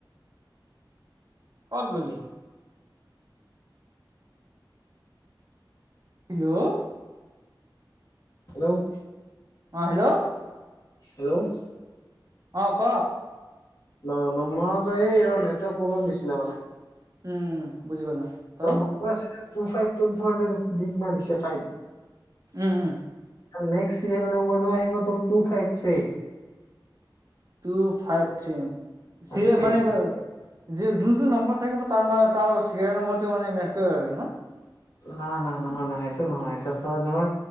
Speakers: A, on the right (about 45°); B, on the left (about 50°).
A: ক'ত গলি? হেল্ল'
B: হেল্ল'
A: অ হেল্ল'
B: হেল্ল'
A: অ', ক?
B: ন-ন মই আকৌ এই ৰ' নেটৱৰ্ক প্ৰ'ব্লেম দিছিলে মানে।
A: উম, বুজি পালো পাছত
B: মই কৈ আছিলোঁ, টু ফাইভ টু ধৰ দিক মাৰিছে ফাইভ।
A: উম উম।
B: তাৰ নেক্সট চিৰিয়েল নাম্বাৰটো আহিব তোৰ two five three.
A: Two five three, serial
B: three
A: মানে যোনটো নম্বৰ থাকিব তাৰে মা-তাৰ চিৰিয়েল নম্বৰটো মানে মেটচ কৰিব লাগে ন?
B: নহয় নহয় নহয় নহয় সেইটো নহয় সেইটো তই ধৰ